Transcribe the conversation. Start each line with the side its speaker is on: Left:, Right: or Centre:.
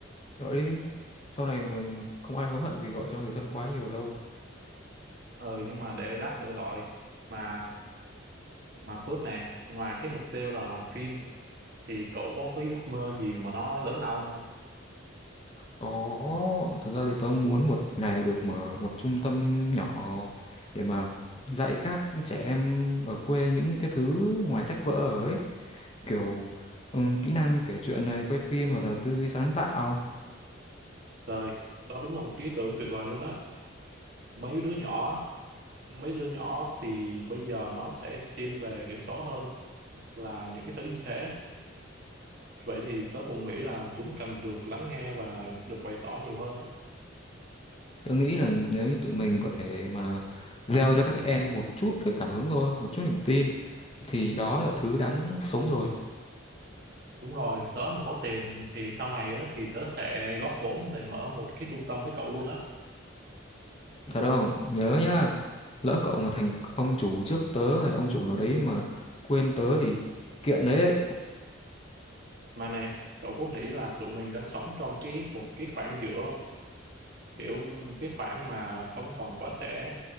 Left: Rồi sau này mà không ai hối hận vì gọi cho người thân quá nhiều đâu
Right: ừ nhưng mà để lát nữa gọi mà Mà Phước nè, ngoài cái mục tiêu là làm phim thì cậu có cái ước mơ gì mà nó lớn lao hơn không?
Left: Có, thật ra thì tớ muốn một ngày được mở một trung tâm nhỏ để mà dạy các trẻ em ở quê những cái thứ ngoài sách vở ấy, kiểu ừm, kỹ năng kể chuyện này, quay phim hoặc là tư duy sáng tạo.
Right: Trời, đó đúng là một cái ý tưởng tuyệt vời luôn á. Mấy đứa nhỏ, mấy đứa nhỏ thì bây giờ nó sẽ thiên về điểm số hơn là những cái thứ như thế. Vậy thì tớ cũng nghĩ là chúng cần được lắng nghe và được bày tỏ nhiều hơn đó.
Left: Tớ nghĩ là nếu như tụi mình có thể mà gieo cho các em một chút cái cảm hứng thôi, một chút niềm tin thì đó là thứ đáng sống rồi.
Right: Đúng rồi, tớ mà có tiền thì sau này á, thì tớ sẽ góp vốn để mở một cái trung tâm với cậu luôn á.
Left: Thật không? Nhớ nhá, lỡ cậu mà thành ông chủ trước tớ hay là ông chủ nào đấy mà quên tớ thì kiện đấy
Right: Mà nè, cậu có nghĩ là tụi mình đang sống trong cái một cái khoảng giữa không? kiểu cái khoảng mà không còn quá trẻ